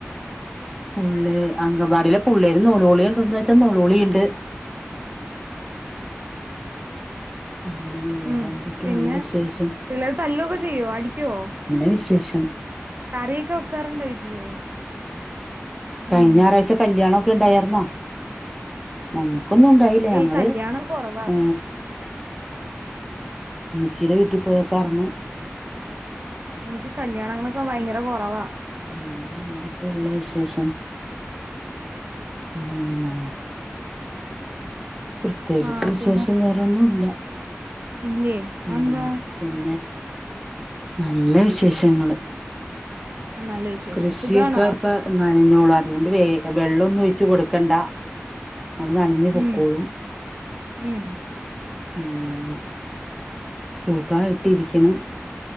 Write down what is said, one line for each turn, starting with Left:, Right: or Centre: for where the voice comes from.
Centre: പുള്ള് അങ്കവാടിയിലെ പുള്ളേര് നൊലോളി ഉണ്ടോന്ന് വെച്ച നൊലോളിണ്ട് പിന്നെ വേറെന്തൂട്ട
Right: ഉം പിന്നെ
Centre: വിശേഷം
Right: പിള്ളേര് തല്ലൊക്കെ ചെയ്യോ അടിക്കുവോ
Centre: നല്ല വിശേഷം <unintelligible>
Right: കറിയൊക്കെ വെക്കാറുണ്ടോ വീട്ടില്
Centre: കഴിഞ്ഞായറാഴ്ച
Right: ഉം
Centre: കല്യാണം ണ്ടായിരുന്നോ ഉം ഒന്നുംണ്ടായില്ലേ ഞങ്ങള്
Right: ഏയ് കല്യാണം കൊറവാ
Centre: ഏ ച്ചീടെ വീട്ടിൽ പോയേക്കാർ ന്ന്
Right: എങ്ങക്ക് കല്യാണങ്ങളൊക്കെ ഭയങ്ക ര കുറവാ
Centre: വേറെ <unintelligible> ട്ടള്ള വിശേഷം ഉ പ്രത്യേകിച്ച്
Right: ആഹ്
Centre: വിശേഷം
Right: പിന്നെ
Centre: വേറൊന്നു ഇല്ല
Right: ഇല്ലേ
Centre: ഉം
Right: അതെന്താ
Centre: പിന്നെ നല്ല വിശേഷങ്ങള്
Right: നല്ല വിശേഷം
Centre: കൃഷിയൊക്കെ
Right: സുഖാണോ
Centre: ഇപ്പ നനഞ്ഞോളാ അതുകൊണ്ട് വേഗം വെള്ളൊന്നും ഒഴിച്ച് കൊടുക്കണ്ട അത് നനഞ്ഞ് പൊക്കോളും
Right: ഉം ഉം
Centre: ഉം സുഖായിട്ട് ട്ടിരിക്കണം